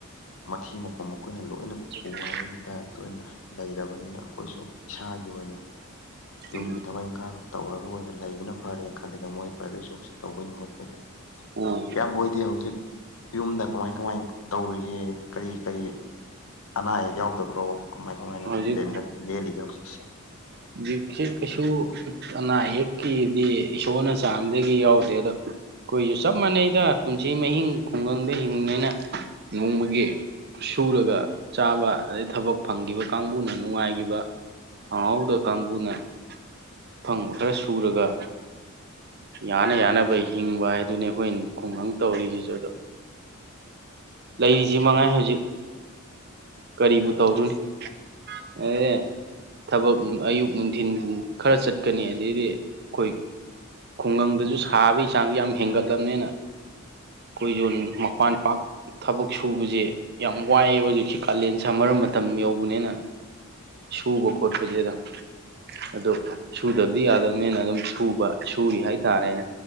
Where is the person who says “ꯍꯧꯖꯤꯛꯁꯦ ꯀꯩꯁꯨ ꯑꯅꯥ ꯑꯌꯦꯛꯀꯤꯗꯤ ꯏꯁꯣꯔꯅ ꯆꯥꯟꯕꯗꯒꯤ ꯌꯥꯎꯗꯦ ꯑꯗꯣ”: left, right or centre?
Right